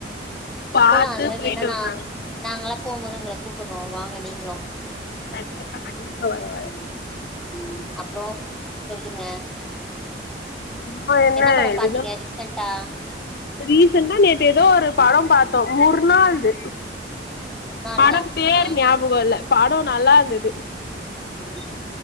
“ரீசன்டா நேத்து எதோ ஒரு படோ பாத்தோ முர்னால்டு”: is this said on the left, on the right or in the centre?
Left